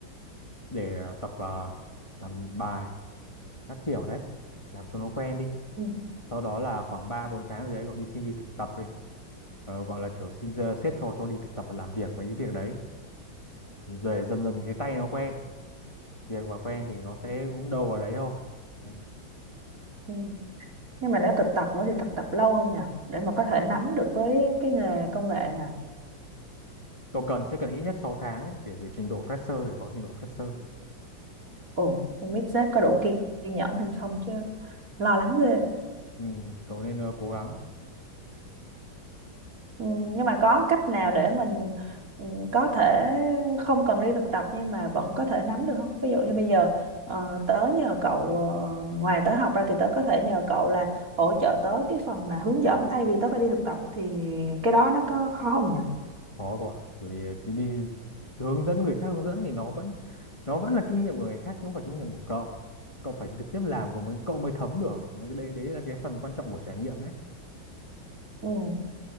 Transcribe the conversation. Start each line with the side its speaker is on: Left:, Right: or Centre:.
Left: để ờ, tập ờ, làm bài các kiểu đấy làm cho nó quen đi
Right: Ừ.
Left: sau đó là khoảng 3 4 tháng gì đấy cậu đi xin đi thực tập đi Ờ, gọi là kiểu xin ờ, sếp cho cho đi thực tập và làm việc mấy cái việc đấy rồi dần dần cái tay nó quen việc và quen thì nó sẽ cũng đâu vào đấy thôi đấy.
Right: Ừ. Nhưng mà nếu thực tập nữa thì thực tập lâu không nhỉ? Để mà có thể nắm được với cái nghề công nghệ nhỉ?
Left: cậu cần sẽ cần ít nhất 6 tháng đấy để, để trình độ fresher để có trình độ fresher
Right: Ồ, không biết sếp có đủ kiên nhẫn hay không chứ lo lắng ghê.
Left: ừ, cậu nên ờ, cố gắng
Right: Ừ, nhưng mà có cách nào để mình ừ, có thể không cần đi thực tập nhưng mà vẫn có thể nắm được không? Ví dụ như bây giờ ờ, tớ nhờ cậu ờ, ngoài tớ học ra thì tớ có thể nhờ cậu là hỗ trợ tớ cái phần mà hướng dẫn thay vì tớ phải đi thực tập á, thì cái đó nó có khó không nhỉ?
Left: khó quá. bởi vì ờ, đi, đi hướng dẫn người khác hướng dẫn thì nó vẫn nó vẫn là kinh nghiệm của người khác chứ không phải kinh nghiệm của cậu cậu phải trực tiếp làm của mình cậu mới thấm được nó cái đấy đấy là cái phần quan trọng của trải nghiệm đấy
Right: Ừ.